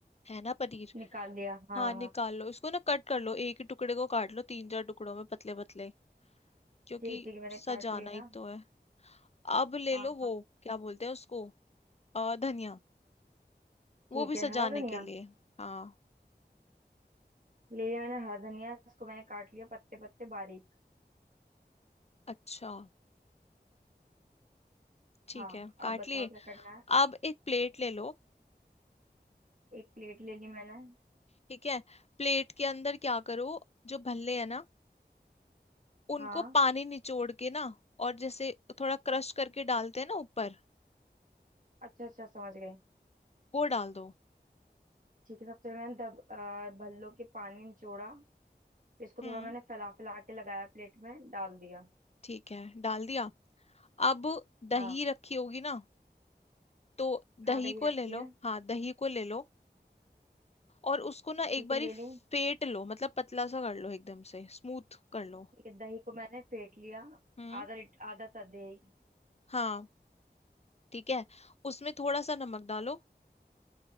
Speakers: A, on the left; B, on the right.
A: है ना पनीर
B: निकाल लिया हाँ
A: हाँ निकाल
B: हाँ
A: लो इसको ना कट कर लो एक ही टुकड़े को काट लो तीन चार टुकड़ों में पतले पतले क्योंकि
B: ठीक ठीक है, मैंने
A: सजाना
B: काट लिया
A: ही तो है अब ले
B: हाँ
A: लो वो
B: हाँ
A: क्या बोलते हैं उसको अ, धनिया
B: ठीक
A: वो भी
B: है
A: सजाने
B: हरा धनिया
A: के लिए हाँ
B: ले लिया मैंने हरा धनिया इसको मैंने काट लिया पत्ते पत्ते बारीक
A: अच्छा ठीक
B: हाँ
A: है काट
B: अब बताओ
A: लिए
B: क्या करना है
A: अब एक प्लेट ले लो
B: एक प्लेट ले ली मैंने
A: ठीक है प्लेट के अंदर क्या करो जो भल्ले है ना उनको
B: हाँ
A: पानी निचोड़ के ना और जैसे थोड़ा क्रश करके डालते हैं ना ऊपर
B: अच्छा अच्छा समझ गई
A: वो डाल दो
B: ठीक है सबसे पहले मैंने दब अ, भल्लो के पानी निचोड़ा फिर इसको
A: हम्म
B: थोड़ा मैंने फैला फैला के लगाया प्लेट में डाल दिया
A: ठीक है डाल दिया अब
B: हाँ
A: दही रखी होगी ना तो
B: हाँ
A: दही
B: दही
A: को
B: रखी
A: ले लो
B: है
A: हाँ दही को ले लो और उसको ना
B: ठीक
A: एक बारी
B: है ले ली
A: फेट लो मतलब पतला सा कर लो एकदम से स्मूथ कर लो
B: ठीक है दही को मैंने फेंट लिया
A: हम्म
B: आधा लीट- आधा सा दही
A: हाँ ठीक है उसमें थोड़ा सा नमक डालो